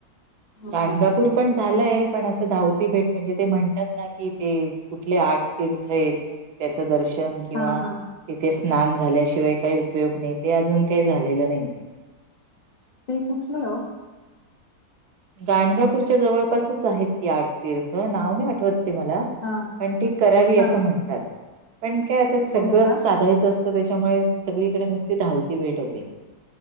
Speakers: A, on the left; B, on the right.
A: हो
B: गाणगापूर
A: ना
B: पण झालंय पण असं धावती भेट म्हणजे ते म्हणतात ना कि कि ते कुठले आठ तिर्थ यत त्याच दर्शन किंवा
A: हा हा
B: तिथे स्नान झाल्याशिवाय काही उपयोग नाही ते अजून काही झालेलं नाहीये.
A: ते कुठलय ओ?
B: गाणगापूरच्या जवळपासच आहेत ती आठ तिर्थ नाव नाही आठवत ते मला.
A: हा
B: पण ती करावी
A: हा
B: असं म्हणतात पण काय आता सगळंच
A: हो का
B: साधायचं अस त त्याच्यामुळे सगळीकडे नुसती धावती भेट होते.